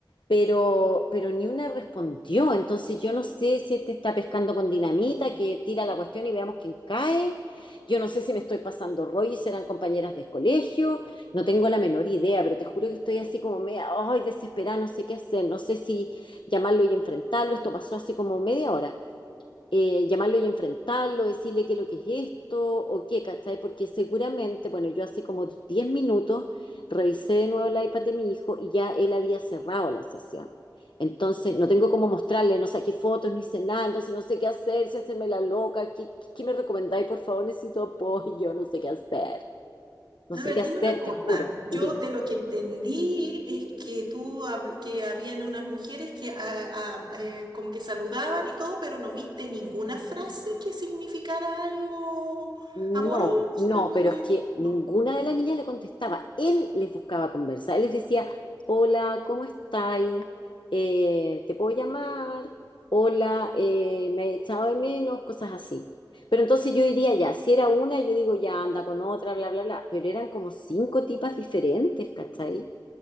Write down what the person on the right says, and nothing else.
A
ver,
dime una cosa.
Yo
de lo que entendí es que tú, hab- que habían unas mujeres que ah, ah, eh, como que saludaban y todo, pero no viste ninguna frase que significara algo
amoroso,
algo...
eh,
No.